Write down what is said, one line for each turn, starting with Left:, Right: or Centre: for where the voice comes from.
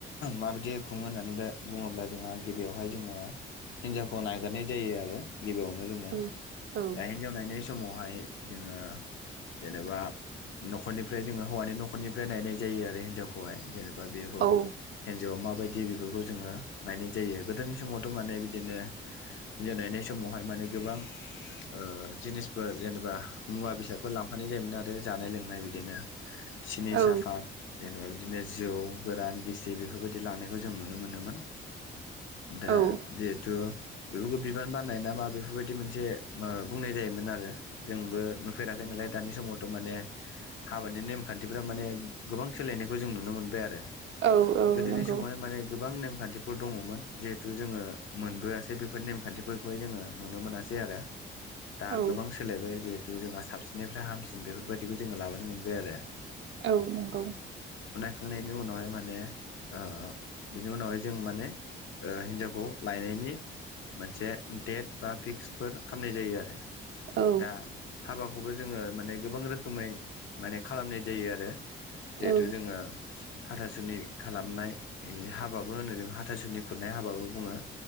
Left: माबायदियै खुङो होननानै बुङोब्ला जोंहा गिबियावहाय जोङो हिनजावखौ नायगोरनाय जायो आरो गिबियावनो जोङो
Right: औ औ
Left: दा हिनजाव नायना य समावहाय जोङो जेनेबा न'खरनिफ्राय जोङो हौवानि न'खरनि फ्राय नायनाय जायो आरो हिनजावखौहाय जेनेबा बेखौ
Right: औ
Left: हिनजावा मा बायदि बेफोरखौ जोङो नायनाय जायो गोदोनि समावथ' माने बिदिनो हिन्जाव नायनाय समावहाय माने गोबां ओ जिनिसफोर जेनेबा मुवा बेसादफोर लांफानाय जायोमोन आरो जानाय लोंनाय बिदिनो सिनि
Right: औ
Left: साफाद, जेनेबा बिदिनो जौ गोरान गिसि बेफोरबायदि लांनायखौ जों नुनो मोनोमोन। दा
Right: औ
Left: जिहेथु बेफोरखौ बिबान बाननाय ना मा बेफोरबायदि मोनसे बुंनाय जायोमोन आरो जोंबो नुफेराखै नालाय दानि समाव थ' माने हाबानि नेम खान्थिफ्रा माने गोबां सोलायनायखौ जों नुनो मोनबाय आरो।
Right: औ औ
Left: गोदोनि
Right: नंगौ
Left: समावहाय माने गोबां नेम खान्थिफोर दङमोन जिहेतु जोङो मोनबोआसै बेफोर नेमखान्थिफोरखौहाय जोङो नुनो मोनासै आरो। दा
Right: औ
Left: गोबां सोलायबाय जिहेथु जोंहा साबसिननिफ्राय हामसिन बेफोरबायदिखौ जोङो लाबोनो मोनबाय आरो
Right: औ नंगौ।
Left: खांनायनि उनावहाय माने ओ बिनि उनावहाय जों माने ओ हिन्जावखौ लायनायनि मोनसे डेट बा फिक्सफोर खामनाय जायो आरो
Right: औ
Left: दा हाबाखौबो जोङो माने गोबां रोखोमै माने खालामनाय जायो आरो जिहेथु
Right: औ
Left: जोङो हाथासुनि खालामनाय हाबाबो होनो जों हाथासुनि खुरनाय हाबाबो बुङो।